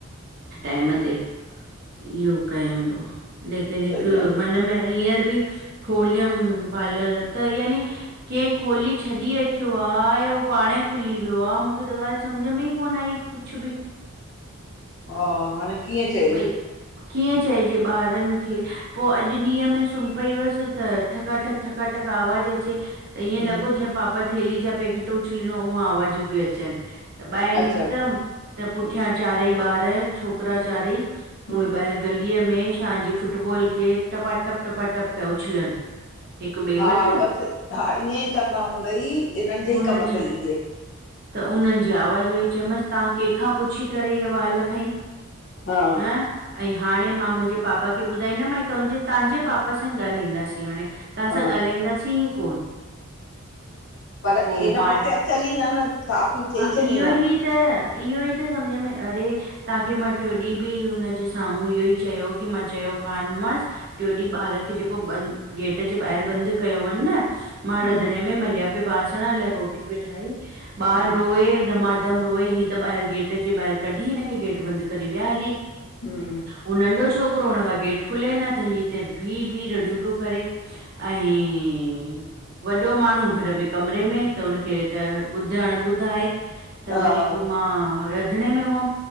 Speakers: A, on the right; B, on the left.
A: टाइम ते इह्यो, कयम पो लेकिन हिकु
B: सही आहे
A: मन में हींअर ॿि खोलियम पार्लर त यानी, केंह खोली छॾी रखियो आ या हु पांणंई खुली वियो आ, मुखे त ॻाल्हि सम्झ में ई कोन आई। कुछु ॿि,
B: हा हाणे कीअं चइजे
A: ॿई कीअं चइॼे ॿारनि खे पो अॼु ॾींहं में सुम्ह पई हुअसि, त ठका ठक ठक ठका ठक आवाज़ अचे त, ईअं
B: हम्म
A: लॻो ॼीअं पापा थेली ॼा पैकेट उछलिनो ऊहं आवाजूं प्यूं अचनि, त ॿाहिरि
B: अच्छा
A: निकितमि त पुठियां चारई ॿार, छोकिरा चारई, उहे
B: हम्म
A: ॿाहिरि गलीअ में शान ॼी फुटबॉल खे टपा टप, टपा टप पिया उछलनि। हिक ॿिए
B: हा
A: वटि
B: ॿसि हा ईअंई कंदा हूंदई, इन्हनि ॼे
A: हुनजी
B: ई कम तई इहे।
A: त उन्हनि ॼी आवाॼु वेईचे चयमांसि तहां कंहिंखां पुछी करे इह वाल् खईं?
B: हा
A: हं ऐं हांणें मां मुंजे पापा खे ॿुधाईंदमिएं ई तुन्जे तांजे पापा सांइ ॻाल्हाईंदासीं हांणें, तहांसां
B: हा
A: ॻाल्हाईंदासीं ही कोन।
B: पर
A: पोइ
B: हिन
A: मां
B: पासे अचनि ई न -न साफ़ चई
A: हा
B: छॾीन
A: इहो
B: हां,
A: ई त इह्यो ई त सम्झ में अरे तव्हांखे मां टियो ॾींहं बि हुनजे साम्हूं इहो ई चयो की मां चयो कानि मांसि, टियों ॾींहुं ॿार खे जेको बंदि गेट जे ॿाहिरि बंदि कयो हुनि न मां
B: हम्म
A: रंधिणे में मलिया पे बासण अलाए रोटी पे ठाई, ॿार
B: हम्म
A: रोए धमाक हिकदमि रोए, ही त ॿाहिरि गेट जे ॿाहिरि कढी हिनखे गेट बंद करे विया हली।
B: हम्म।
A: हू नंढो छोकिरो, हुन खां गेट खुले न त ही हिते भी-भी रड़ियूं पियो करे। ऐं। वॾो माण्हू घर में कमरे में त हुनखे त ॿुधण ॿुधाए त
B: हा
A: वरी पो मां रंधणे में हुअम।